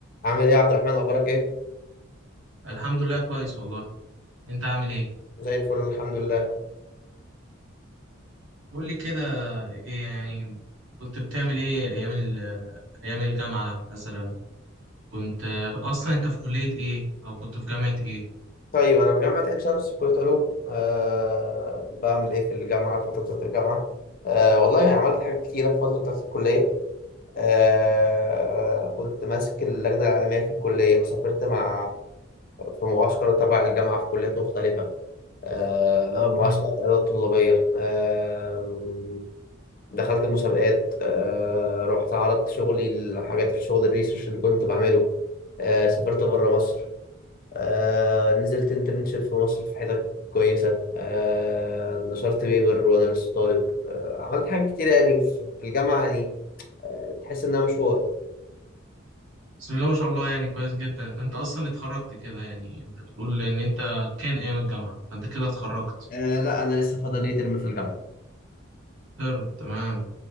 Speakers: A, on the left; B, on the right.
A: عامل ايه يا عبد الرحمن اخبارك ايه
B: الحمد لله كويس والله انت عامل ايه
A: زي الفل الحمد لله
B: قول لي كده ايه يعني كنت بتعمل ايه ايام ال- ايام الجامعة مثلا كنت آه، اصلا انت في كلية ايه او كنت في جامعة ايه
A: طيب انا في جامعه عين شمس في كليه علوم أه بعمل ايه في الجامعه في فتره بتاعه الجامعه أه والله عملت حاجات كتيره في فتره بتاعه الكليه أه كنت ماسك اللجنه العلميه في الكليه سافرت مع في معسكر تبع الجامعه في كليات مختلفه أه معسكرات
B: مم.
A: ادوات طلابيه أه دخلت مسابقات أه رحت عرضت شغلي الحاجات في شغل الريسيرش اللي كنت بعمله آه، سافرت بره مصر آه نزلت انترنشيب في مصر في حتت كويسة آه نشرت بيبر وأنا لسه طالب آه عملت حاجات كتير يعني في في الجامعة يعني تحس إنها مشوار
B: بسم الله ما شاء الله يعني كويس جدا انت اصلا اتخرجت كده يعني انت بتقول ان انت كان ايام الجامعة فانت كده اتخرجت
A: آه لا أنا لسه فاضل لي ترم في الجامعة
B: ترم تمام